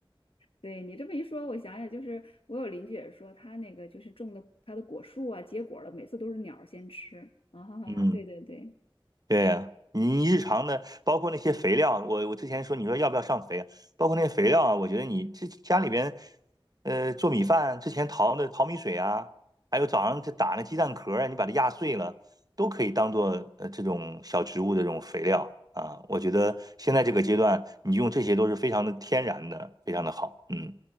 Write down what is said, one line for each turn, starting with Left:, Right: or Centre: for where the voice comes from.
Left: 对你这么一说，我想想，就是我有邻居也说，他那个就是种的他的果树啊，结果了，每次都是鸟儿先吃啊，<laughs> 哈哈，
Right: 嗯。
Left: 对对对。
Right: 对呀，你日常的，包括那些肥料，我我之前说你说要不要上肥啊，包括那些肥料啊，我觉得你这家里边，呃，做米饭之前淘的淘米水啊，还有早上这打那鸡蛋壳啊，你把它压碎了，都可以当做呃这种小植物的这种肥料啊。我觉得现在这个阶段，你用这些都是非常的天然的，非常的好。嗯，